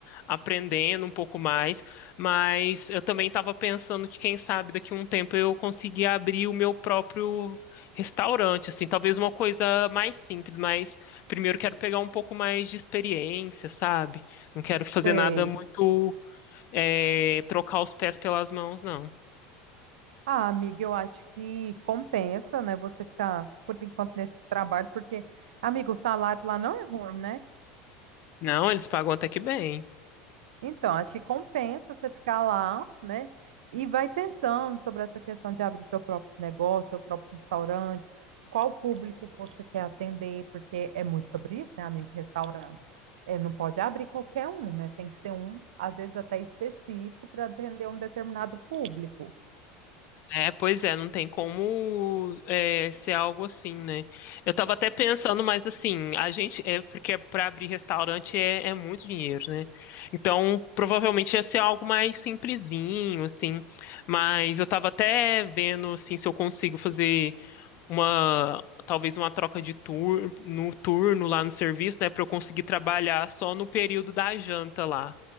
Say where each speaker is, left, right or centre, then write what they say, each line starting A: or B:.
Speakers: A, on the left; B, on the right.
A: aprendendo um pouco mais. Mas eu também tava pensando que, quem sabe, daqui a um tempo eu conseguir abrir o meu próprio restaurante, assim. Talvez uma coisa mais simples, mas primeiro quero pegar um pouco mais de experiência, sabe? Não quero fazer
B: Sei.
A: nada muito é, trocar os pés pelas mãos, não.
B: Ah, amiga, eu acho que compensa, né, você ficar por enquanto nesse trabalho, porque, amiga, o salário lá não é ruim, né?
A: Não, eles pagam até que bem.
B: Então, acho que compensa você ficar lá, né? E vai pensando sobre essa questão de abrir seu próprio negócio, seu próprio restaurante, qual público você quer atender, porque é muito sobre isso, né, amigo? Restaurante. É, não pode abrir qualquer um, né? Tem que ser um, às vezes até específico, para atender um determinado público.
A: É, pois é, não tem como é, ser algo assim, né? Eu tava até pensando, mas assim, a gente, é, porque para abrir restaurante é, é muito dinheiro, né? Então, provavelmente ia ser algo mais simplesinho, assim. Mas eu tava até vendo, assim, se eu consigo fazer uma, talvez uma troca de tur no turno lá no serviço, né? Para eu conseguir trabalhar só no período da janta lá.